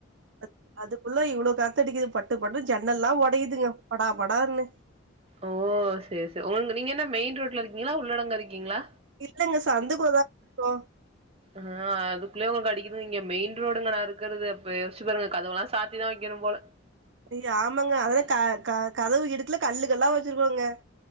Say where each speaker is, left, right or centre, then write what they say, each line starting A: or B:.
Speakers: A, on the right; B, on the right.
A: அத் அதுக்குள்ள இவ்ளோ காத்தடிக்குது பட்டு பட்டுனு ஜன்னல்லா ஒடையுதுங்க படா படார்ன்னு
B: ஓ சேரி செ உங்க நீங்க என்ன மெயின் ரோட்ல இருக்கீங்ளா உள்ளடங்க இருக்கீங்ளா
A: இல்லங்க சந்துக்குள்ள தாங்க இருக்கோ
B: ஹ ஆ அதுக்குள்ளயே உங்க கடிக்குது இங்க மெயின் ரோடுங்க நா இருக்கது அப்ப யோசு பாருங்க கதவெல்லா சாத்திதா வக்கணு போல
A: இங்க ஆமாங்க அதெல்லா க க கதவு இடுக்குல கல்லுக்கல்லா வச்சிருக்கோங்க